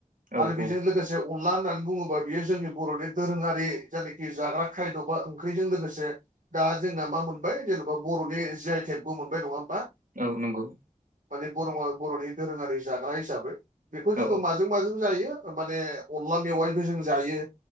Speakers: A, on the right; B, on the right.
A: औ
B: आरो बेजों
A: औ
B: लोगोसे अनला होननानै बुङोबा बियो जोंनि बर'नि दोरोङारि जायनाखि जाग्रा खायद' बा ओंख्रिजों लोगोसे। दा जोंना मा मोनबाय जेन'बा बर'नि जिआइ टेकबो मोनबाय नङा होमबा
A: औ नंगौ
B: माने बर' बर'नि दधोरोङारि जाग्रा हिसाबै बेखौ
A: औ
B: जोङो माजों। माजों जायो माने अनला मेआइबो जों जायो